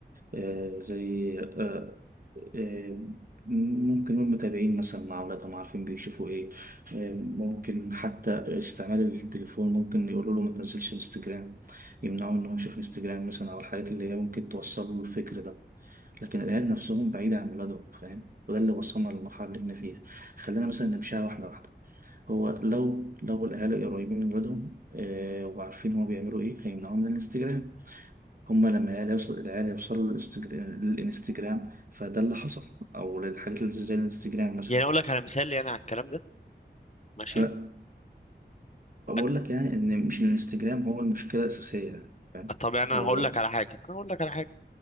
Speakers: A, on the right; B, on the left.
A: آه، زي آه، آه، ممكن نقول متابعين مثلا مع أولادهم عارفين بيشوفوا إيه آه، ممكن حتى استعمال التليفون ممكن يقولوا له ما تنزلش انستجرام يمنعوا إن هو يشوف انستجرام مثلا أو الحاجات اللي هي ممكن توصل له الفكر ده لكن الأهل نفسهم بعيدة عن ولادهم فاهم وده اللي وصلنا للمرحلة اللي احنا فيها خلينا مثلا نمشيها واحدة واحدة هو لو لو الأهالي قريبين من ولادهم آه وعارفين هما بيعملوا إيه هيمنعوهم من الانستجرام هما لما العيال يوصل العيال يوصلوا للإنستجر- للانستجرام فده اللي حصل او للحاجات اللي زي الانستجرام مثلا
B: يعني اقول لك على مثال لي انا على الكلام ده ماشي
A: فبقول
B: أج-
A: لك يعني ان مش الانستجرام هو المشكله الاساسيه يعني فاهم
B: طب يعني
A: هو
B: انا هقول لك على حاجه انا هقول لك على حاجه